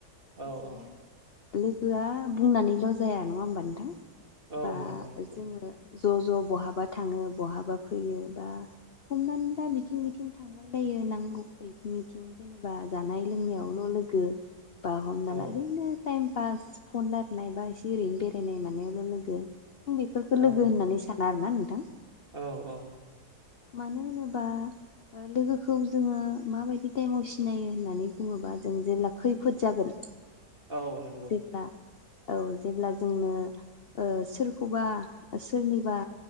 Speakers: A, on the right; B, on the left.
A: औ
B: जे
A: औ
B: लोगोआ बुंनानैल' जाया नंङा होमबा नोंथां
A: औ
B: बा
A: नंगौ नंगौ
B: जोंङो ज' ज' बहाबा थांङो बहाबा फैयो बा हमनानै दा बिथिं बिथिं थांलाय लायो नांगौ फै थिंनिथिं जेनेबा जा नाय लोंनायल' लोगो बा हमना
A: औ
B: ला ओरैनो टाइम पास फन लारायनाय बा एसे ओरैनो बेरायनाय मानायावल' लोगो आं बेफोरखौ लोगो
A: औ
B: होननानै साना आरो ना नोंथां।
A: औ औ
B: मानो होनोबा ओ लोगोखौ जोंङो माबायदि टाइमाव सिनायो होन नानै बुंङोबा जों जेब्ला खैफोद जागोन
A: औ नंगौ
B: जेब्ला औ जेब्ला जोंनो ओ सोरखौबा सोरनिबा